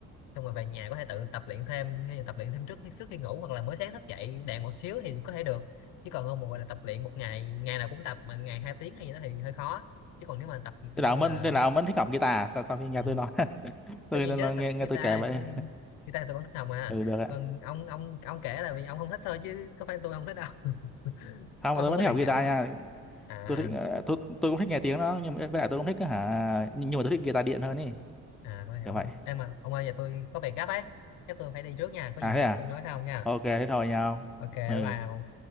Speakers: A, on the left (about 80°); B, in the centre.
A: xong rồi về nhà có thể tự tập luyện thêm hay là tập luyện thêm trước khi, trước khi ngủ hoặc là mới sáng thức dậy đèn một xíu thì có thể được chứ còn không mà gọi là tập luyện một ngày ngày nào cũng tập mà ngày 2 tiếng hay gì đó thì hơi khó chứ còn nếu mà tập kiểu
B: thế là
A: như
B: ông vẫn
A: là
B: thế là ông vẫn thích học guitar à? sau sau khi nghe
A: ừ.
B: tôi nói <laughs> tôi
A: tất
B: nghe,
A: nhiên
B: tôi
A: chứ
B: nói- nghe,
A: tập
B: nghe
A: guitar
B: tôi kể vậy
A: thì tôi guitar thì tôi vẫn thích học mà
B: ừ được ạ
A: còn ông ông ông kể là vì ông không thích thôi chứ có phải tôi không thích đâu <laughs>
B: không
A: ông
B: mà tôi
A: không
B: vẫn
A: có
B: thích
A: thiện
B: học guitar
A: cảm không
B: nha
A: à
B: tôi thích ờ, tôi tôi cũng thích nghe tiếng nó nhưng mà với lại tôi cũng thích hả nhưng nhưng mà tôi thích guitar điện hơn ý
A: à tôi hiểu
B: kiểu
A: rồi
B: vậy
A: em mà ông ơi giờ tôi có việc gấp ấy chắc tôi phải đi trước nha có
B: à
A: gì lát
B: thế à
A: tôi nói sau nha
B: ok thế thôi nha ông
A: ok
B: ừ
A: vào